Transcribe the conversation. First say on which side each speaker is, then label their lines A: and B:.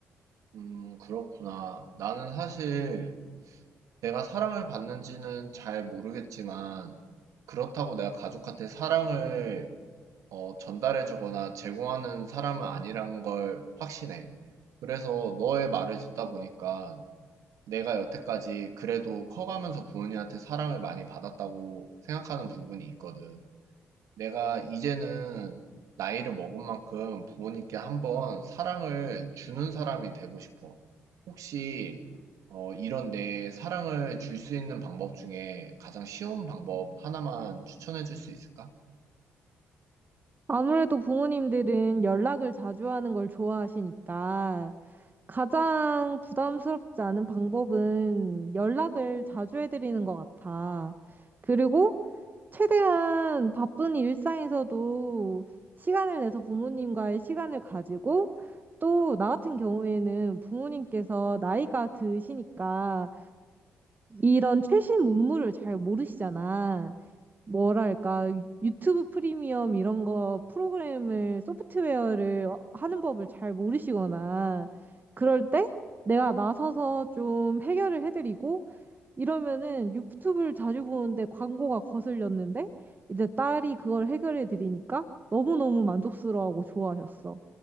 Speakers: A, on the right; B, on the right.
A: 음, 그렇구나. 나는 사실 내가 사랑을 받는지는 잘 모르겠지만 그렇다고 내가 가족한테 사랑을 어, 전달해주거나 제공하는 사람은 아니란 걸 확신해. 그래서 너의 말을 듣다 보니까 내가 여태까지 그래도 커가면서 부모님한테 사랑을 많이 받았다고 생각하는 부분이 있거든. 내가 이제는 나이를 먹은 만큼 부모님께 한번 사랑을 주는 사람이 되고 싶어. 혹시 어, 이런 내 사랑을 줄 수 있는 방법 중에 가장 쉬운 방법 하나만 추천해 줄 수 있을까?
B: 아무래도 부모님들은 연락을 자주 하는 걸 좋아하시니까 가장 부담스럽지 않은 방법은 연락을 자주 해드리는 것 같아. 그리고 최대한 바쁜 일상에서도 시간을 내서 부모님과의 시간을 가지고 또 나 같은 경우에는 부모님께서 나이가 드시니까 이런 최신 문물을 잘 모르시잖아. 뭐랄까, 유튜브 프리미엄 이런 거 프로그램을, 소프트웨어를 어- 하는 법을 잘 모르시거나, 그럴 때 내가 나서서 좀 해결을 해드리고, 이러면은 유튜브를 자주 보는데 광고가 거슬렸는데, 이제 딸이 그걸 해결해드리니까 너무너무 만족스러워하고 좋아하셨어.